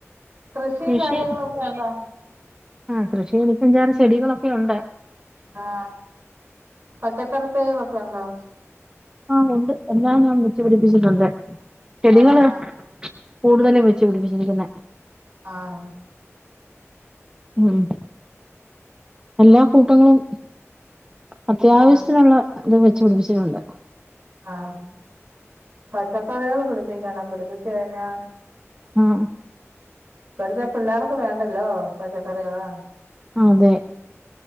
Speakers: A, on the right; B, on the right.
A: കൃഷിയും
B: കൃഷി
A: കാര്യങ്ങളൊക്കെയുണ്ടോ
B: ആഹ് കൃഷി എനിക്കഞ്ചാറ് ചെടികളൊക്കെയുണ്ട്
A: ആഹ് പച്ചക്കറി തൈകളൊക്കെ ഉണ്ടോ
B: ആഹ് ഉണ്ട് എല്ലാം ഞാൻ വെച്ചുപിടിപ്പിച്ചിട്ടുണ്ട്. ചെടികള്
A: ആഹ്
B: കൂടുതലും വെച്ച് പിടിപ്പിച്ചിരിക്കുന്നെ
A: ആഹ്
B: ഉം എല്ലാ കൂട്ടങ്ങളും അത്യാവശ്യത്തിനുള്ള
A: ആഹ് ആഹ്
B: ഇത് വെച്ചു പിടിപ്പിച്ചിട്ടുണ്ട്
A: ആഹ് പച്ചക്കറികള് പിടിപ്പിക്കണം. പിടിപ്പിച്ച് കഴിഞ്ഞാ
B: ഉം
A: ഇപ്പഴത്തെ പിള്ളേർക്ക് വേണ്ടല്ലോ പച്ചക്കറികള്
B: അതെ